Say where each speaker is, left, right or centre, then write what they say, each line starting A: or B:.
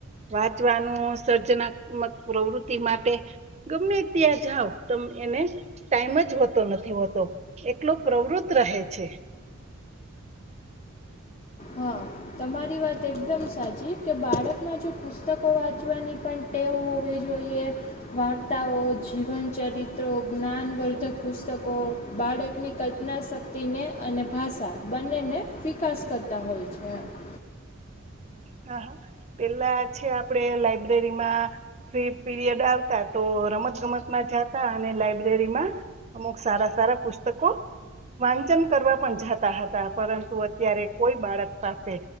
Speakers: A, on the right (about 30°); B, on the left (about 30°).
A: વાંચવાનું, સર્જનાત્મક પ્રવૃત્તિ માટે ગમે ત્યાં જાઓ. તમે એને ટાઈમ જ હોતો નથી હોતો એટલો પ્રવૃત રહે છે.
B: હા તમારી વાત એકદમ સાચી કે બાળકમાં જો પુસ્તકો વાંચવાની પણ ટેવ હોવી જોઈએ વાર્તાઓ, જીવન ચરિત્રો, જ્ઞાનવર્ધક પુસ્તકો બાળકની કલ્પના શક્તિને અને ભાષા બંનેને વિકાસ કરો કર્તા હોય છે
A: હા હા પેલા છે આપડે લાઈબ્રેરીમાં ફ્રી પીરિયડ આવતા તો રમત ગમતમાં જાતા અને લાઈબ્રેરીમાં અમુક સારા સારા પુસ્તકો વાંચન કરવા પણ જાતા હતા. પરંતુ અત્યારે કોઈ બાળક પાસે